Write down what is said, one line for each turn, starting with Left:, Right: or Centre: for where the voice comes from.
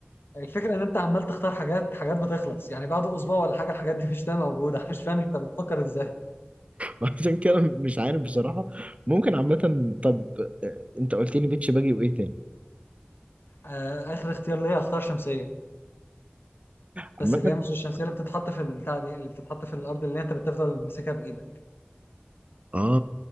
Left: الفكره ان انت عمال تختار حاجات حاجات بتخلص يعني بعد اسبوع ولا حاجه الحاجات دي مش تبقى موجوده <laughs> أنا مش فاهم انت بتفكر ازاي
Right: وعشان كده مش عارف بصراحة ممكن عامة طب آه، أنت قلت لي بيتش باجي وإيه تاني؟
Left: آه اخر اختيار ليا اختار شمسيه
Right: عامة
Left: بس اللي هي مش الشمسيه اللي بتتحط في البتاع دي اللي بتتحط في الارض اللي انت بتفضل ماسكها بايدك
Right: آه